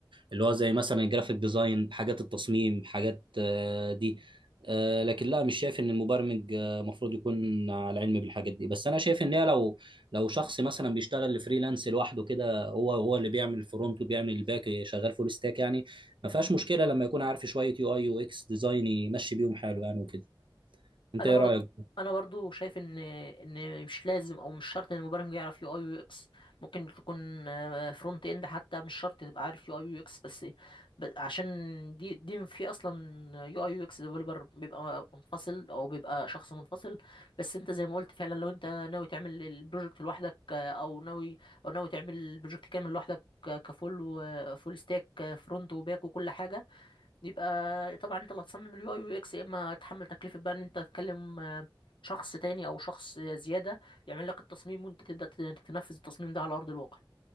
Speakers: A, on the right; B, on the left.
A: اللي هو زي مثلا الجرافيك ديزاين حاجات التصميم حاجات آه، دي آه، لكن لا مش شايف ان المبرمج آه، المفروض يكون على علم بالحاجات دي بس انا شايف ان هي لو لو شخص مثلا بيشتغل فريلانس لوحده كده هو هو اللي بيعمل الفرونت وبيعمل الباك شغال فول ستاك يعني ما فيهاش مشكله لما يكون عارف شويه يو اي يو اكس ديزاين يمشي بيهم حاله يعني وكده انت
B: انا
A: ايه
B: برضه
A: رايك
B: انا برضو شايف ان ان مش لازم او مش شرط ان المبرمج يعرف يو اي يو اكس ممكن تكون فرونت اند حتى مش شرط تبقى عارف يو اي يو اكس بس ب- عشان دي دي في اصلا يو اي يو اكس ديفلوبر بيبقى منفصل او بيبقى شخص منفصل بس انت زي ما قلت فعلا لو انت ناوي تعمل البروجكت لوحدك آه، او ناوي او ناوي تعمل البروجكت كامل لوحدك كفول وفول ستاك فرونت وباك وكل حاجه يبقى طبعا انت اللي هتصمم اليو اي يو اكس يا اما تحمل تكلفة بقى ان انت تكلم آه، شخص تاني او شخص آه، زيادة يعمل لك التصميم وانت تبدأ ت- تنفذ التصميم ده على ارض الواقع